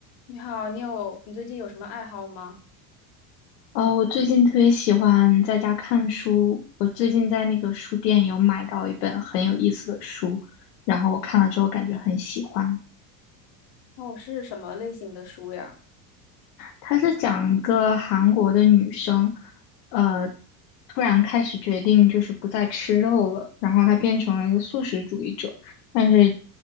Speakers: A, on the left; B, on the left.
A: 你好，你有，你最近有什么爱好吗？
B: 呃，我最近特别喜欢在家看书。我最近在那个书店有买到一本很有意思的书，然后我看了之后感觉很喜欢。
A: 哦，是什么类型的书呀？
B: 它是讲一个韩国的女生，呃，突然开始决定就是不再吃肉了，然后她变成了一个素食主义者，但是